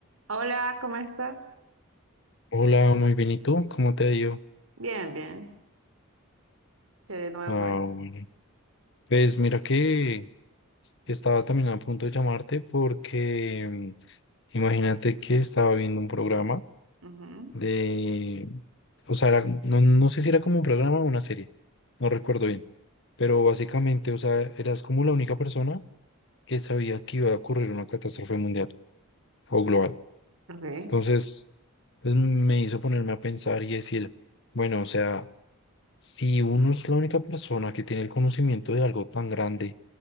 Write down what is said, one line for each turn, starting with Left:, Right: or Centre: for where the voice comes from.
Right: Hola, ¿cómo estás?
Left: Hola, muy bien. ¿Y tú? ¿Cómo te ha ido?
Right: Bien, bien. Quedé de nuevo
Left: Ah,
Right: por ahí.
Left: bueno. Pues mira que estaba también a punto de llamarte porque mm, imagínate que estaba viendo un programa
Right: Ujú,
Left: de, o sea, era- no, no sé si era como un programa o una serie, no recuerdo bien, pero básicamente, o sea, eras como la única persona que sabía que iba a ocurrir una catástrofe mundial o global.
Right: ok.
Left: Entonces, pues, me hizo ponerme a pensar y decir, bueno, o sea, si uno es la única persona que tiene el conocimiento de algo tan grande,